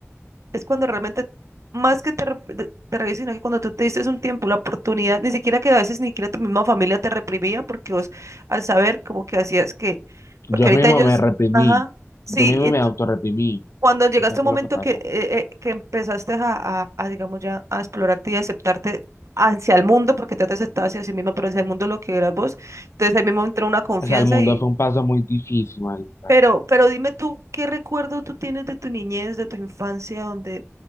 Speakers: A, on the right (about 75°); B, on the left (about 65°).
A: es cuando realmente, más que te, re- te, te revises, sino que cuando tú te diste un tiempo, la oportunidad, ni siquiera que a veces ni siquiera tu misma familia te reprimía, porque vos al saber como que hacías que,
B: Yo
A: porque
B: mismo
A: ahorita ellos,
B: me reprimí.
A: ajá, sí,
B: Yo mismo
A: y
B: me
A: tú-
B: autorreprimí.
A: cuando llegaste
B: Eso fue
A: a un momento
B: lo que pasó.
A: que, eh, eh, que empezaste a, a, a, digamos ya, a explorarte y aceptarte hacia el mundo, porque te has aceptado hacia sí misma, pero hacia el mundo lo que eras vos, entonces ahí mismo entró una confianza
B: O sea, el mundo fue un paso muy difícil, marica.
A: pero, pero dime tú, ¿qué recuerdo tú tienes de tu niñez, de tu infancia, donde,